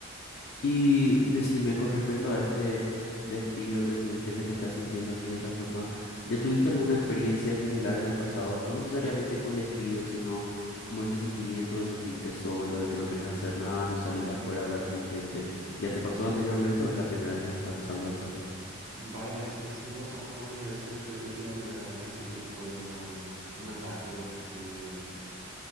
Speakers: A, on the left; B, on the right.
A: Y decime con respecto a este despido que tuviste, que te estás sintiendo así de esta forma, ¿ya tuviste alguna experiencia similar en el pasado? No necesariamente con despido, sino como ese sentimiento de sentirte solo, de que no querés hacer nada, no salís afuera a hablar con gente. ¿Ya te pasó anteriormente o es la primera vez que te está pasando esto?
B: Varias veces, me ha pasado varias veces, yo creo que la primera vez así que tuve una, un ataque así